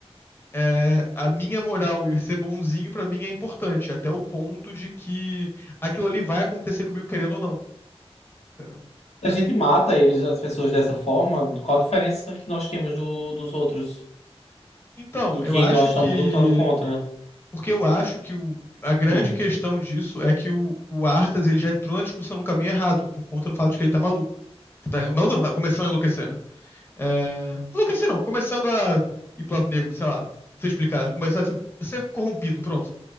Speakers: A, on the left; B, on the left.
A: é, a minha moral e ser bonzinho pra mim é importante, até o ponto de que aquilo ali vai acontecer comigo querendo ou não, entendeu?
B: A gente mata eles, as pessoas dessa forma. Qual a diferença que nós temos do, dos outros?
A: Então,
B: Do que
A: eu acho
B: nós estamos
A: que
B: lutando contra?
A: Porque eu acho que o- a grande
B: Hum.
A: questão disso é que o, o Arthas ele já entrou na discussão num caminho errado, por conta do fato de que ele tá maluco. Tá- o maluco não, tá começando a enlouquecer, né? É, enlouquecer não, começando a ir pro lado negro, sei lá, não sei explicar, começar a ser, ser corrompido, pronto.